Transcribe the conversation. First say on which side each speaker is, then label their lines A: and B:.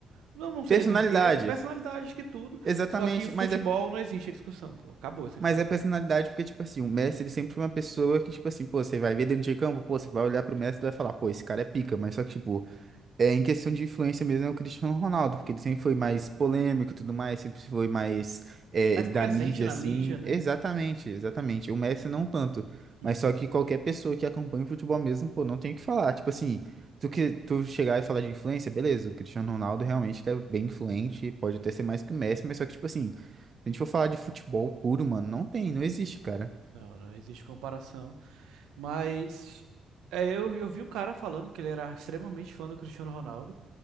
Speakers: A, on the right; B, on the right.
A: Não, não sei
B: Personalidade.
A: por quê, personalidade acho que tudo.
B: Exatamente,
A: Só que futebol
B: mas é,
A: não existe a discussão, pô. Acabou essa discussão.
B: mas é personalidade porque, tipo assim, o Messi, ele sempre foi uma pessoa que, tipo assim, pô, você vai ver dentro de campo, pô, você vai olhar pro Messi e vai falar, pô, esse cara é pica, mas só que, tipo, É, em questão de influência mesmo é o Cristiano Ronaldo, porque ele sempre foi mais polêmico e tudo mais, sempre foi mais é,
A: Mais
B: da
A: presente
B: mídia,
A: na
B: assim.
A: mídia, né?
B: Exatamente, exatamente. O Messi não tanto,
A: Uhum.
B: mas só que qualquer pessoa que acompanha o futebol mesmo, pô, não tem o que falar. Tipo assim, tu que tu chegar e falar de influência, beleza, o Cristiano Ronaldo realmente ele é bem influente, pode até ser mais que o Messi, mas só que, tipo assim, se a gente for falar de futebol puro, mano, não tem, não existe, cara.
A: Não, não existe comparação. Mas é, eu, eu vi um cara falando que ele era extremamente fã do Cristiano Ronaldo.